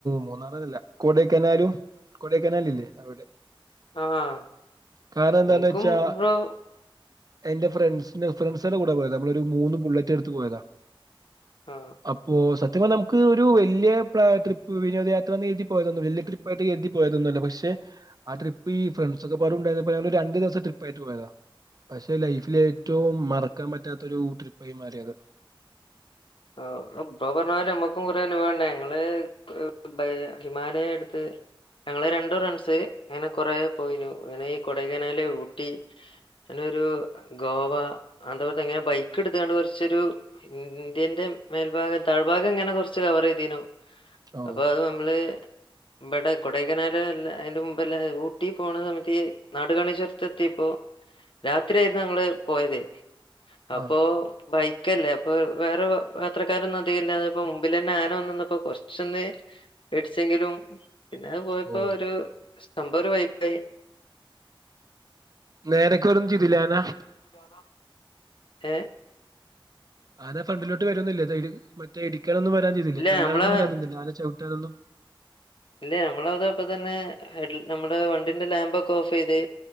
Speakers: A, on the right; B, on the left.
A: മൂന്നാറിലല്ല കൊടേക്കനാലും കൊടേക്കെനാല് ഇല്ലേ അവടെ
B: ആഹ്
A: കാർണം എന്തെന്നാ
B: എനിക്കും
A: വെച്ചാ
B: ബ്രോ
A: എന്റെ ഫ്രണ്ട്സ് ഫ്രണ്ട്സെളെ കൂടെ പോയതാ നമ്മളൊരു മൂന്ന് ബുള്ളറ്റെടുത്ത് പോയതാ
B: ആഹ്
A: അപ്പോ, സത്യം പറഞ്ഞാ നമുക്ക് ഒരു വല്യ പ്ലാ ട്രിപ്പ് വിനോദ യാത്രാന്നെരുതി പോയതൊന്നുല്ല വല്യ ട്രിപ് യിട്ട് കര്തി പോയതൊന്നൊല്ല പക്ഷേ ആഹ് ട്രിപ്പ്‌ ഈ ഫ്രണ്ട്സൊക്കൊക്കെപ്പാടെ ഉണ്ടായിരുന്നപ്പോ ഞങ്ങള് രണ്ട് ദിവസ ട്രിപ്പ്‌ ആയിട്ട് പോയതാ പക്ഷേ ലൈഫിൽ ഏറ്റവും മറക്കാൻ പറ്റാത്ത ഒരു ട്രിപ്പായി മാറി അത്
B: ആഹ് ഇബ്ബ പറഞ്ഞാരി നമ്മുക്കും കുറേ അനുഭവണ്ടായിനി ഞങ്ങള് ഹ് ഹ് ബ് ഹിമാലയ എട്ത്ത് ഞങ്ങള് രണ്ട് ഫ്രണ്ട്സ് ഇങ്ങനെ കൊറെ പോയിനു ഇങ്ങനെ ഈ കൊടേക്കനാല്, ഊട്ടി അങ്ങനൊരു ഗോവ <unintelligible> എങ്ങനെ ബൈക്ക് എട്ത്താണ്ട് കൊർച്ചൊരു ഇന്ത്യന്‌ന്റെ മേൽഭാഗം താഴ്ഭാഗം ഇങ്ങനെ കൊറ് ച്ച് കവെറയ്യ്തിനു
A: ഓ.
B: അപ്പോ അത് നമ്മള് ഇബടെ കൊടൈക്കനാല് അല്ല അതിന്റെ മുമ്പെല്ല ഊട്ടി പോണ സമയത്ത് ഈ നാടുകാണി ചൊരത്ത് എത്തിയപ്പോ രാത്രി ആയിരുന്നു ഞങ്ങള് പോയത് അപ്പോ
A: ആഹ്.
B: ബൈക്കല്ലേ അപ്പം വേറെ യാത്രക്കാരൊന്നും അധികം ഇല്ലാഞ്ഞപ്പോ മുമ്പിലെന്നെ ആന വന്ന് നിന്നപ്പോ കൊറച്ചൊന്ന് പേടിച്ചെങ്കിലും പിന്നെ അഹ് പോയപ്പോ
A: ഓ.
B: ഒരു സംഭവം ഒരു വൈബ് ആയി
A: നേരെക്കൊ ഒന്നും ചെയ്തില്ലേ ആനാ
B: <unintelligible> ഏഹ്
A: ആന ഫ്രണ്ടിലോട്ട് വരിന്നില്ലേ സൈഡിൽ മറ്റേ ഇടിക്കാനൊന്നും വരാൻ ചെയ്തില്ലേ
B: ഇല്ല
A: തല്ലാനൊന്നും
B: നമ്മളെ
A: വരാൻ നിന്നില്ലേ ആന ചൗട്ടാനൊന്നും
B: ഇല്യാ നമ്മള് അതപ്പതന്നെ ഹെഡ് ലാ നമ്മള് വണ്ടിന്റെ ലാമ്പ് ഒക്കെ ഓഫ് ചെയ്ത്